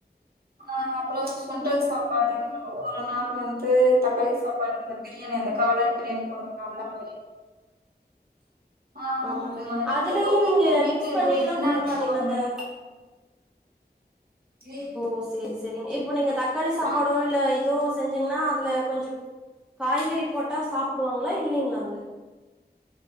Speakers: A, on the right; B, in the centre.
A: ஆ அப்பறோ சுண்டல் சாப்பாடு ஒரு நாள் வந்து தக்காளி சாப்பாடு வந்து பிரியாணி அந்த காலான் பிரியாணி போடுவோல அந்த மாரி ஆ
B: ஆமாங்க
A: <inaudible> மாரி
B: அதுலயு
A: எதோ ஒண்ணுங்க
B: நீங்க
A: வீட்டுல
B: மிக்ஸ்
A: எதோ
B: பண்ணில்லா
A: என்ன
B: குடுக்க
A: இருக்கோ
B: மாட்டீங்களா
A: அது
B: இந்த
A: மாரி மாரி
B: ஓ சேரி சேரிங்க இப்ப நீங்க தக்காளி சாப்பாடோ
A: ஆ
B: இல்ல இது செஞ்சீங்கன்னா அதுல கொஞ்சோ காய்கறி போட்டா சாப்புடுவாங்களா இல்லிங்களாங்க